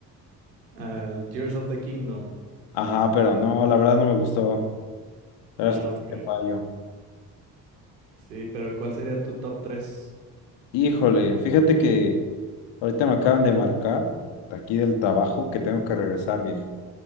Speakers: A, on the right; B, on the left.
A: Al Tears of the Kingdom.
B: Ajá, pero no, la verdad no me gustó. La
A: Ah,
B: verdad es que
A: ok.
B: sí te fallo.
A: Sí, pero ¿cuál sería tu top tres
B: Híjole, fíjate que ahorita me acaban de marcar de aquí del trabajo que tengo que regresar, viejo.